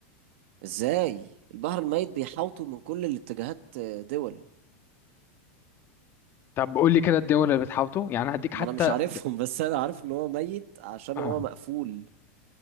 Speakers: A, on the right; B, on the left.
A: ازاي البحر الميت بيحاوطوا من كل الاتجاهات آه، دول
B: طب قول لي كده الدول اللي بتحاوطه يعني هديك
A: ما
B: حتى
A: انا مش عارفهم
B: ت-
A: <laughs> بس انا عارف ان هو ميت عشان
B: اه
A: هو مقفول